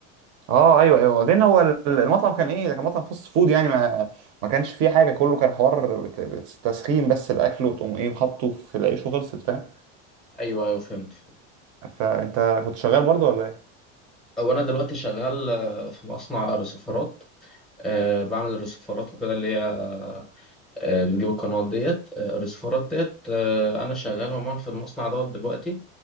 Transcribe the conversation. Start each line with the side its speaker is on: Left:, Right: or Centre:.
Right: اه ايوه ايوه وبعدين هو ال- المطعم كان ايه ده كان مطعم فاست فود يعني ما ما كانش فيه حاجه كله كان حوار بت- بت- تسخين بس الاكل وتقوم ايه حاطه في العيش وخلصت فاهم
Centre: ايوه ايوه فهمت فهمت.
Right: فانت كنت شغال برضه ولا ايه
Centre: او انا دلوقتي شغال آه، في مصنع رسيفرات أه بعمل الرسيفرات وكده اللي هي أه آه، بنجيب القنوات ديت آه، الرسيفرات ديت أه انا شغال عموما في المصنع دوت دلوقتي